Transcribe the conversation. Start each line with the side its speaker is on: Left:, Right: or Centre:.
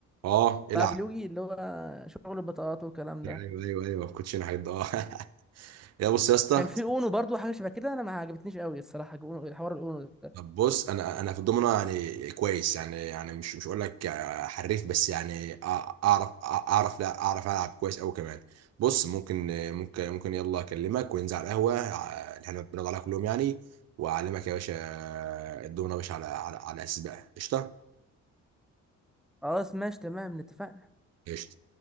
Right: اه العب
Centre: تعرف اليوجي اللي هو شغل البطاقات والكلام ده
Right: ايوه ايوه ايوه ما كنتش انا حد اه <laughs> يا بص يا اسطى
Centre: كان في اونو برضو حاجه شبه كده انا ما عجبتنيش قوي الصراحه اونو حوار الاونو ده
Right: طب بص انا انا في الضمنه يعني كويس يعني يعني مش مش اقول لك آه، حريف بس يعني أع- اعرف أع- اعرف لا اعرف العب كويس قوي كمان بص ممكن آه، ممكن ممكن يلا اكلمك وننزل على القهوه آه، اللي احنا بنقعد عليها كل يوم يعني واعلمك يا باشا آه، الضمنه يا باشا على على على اساس بقى قشطه
Centre: خلاص ماشي تمام اتفقنا
Right: قشطه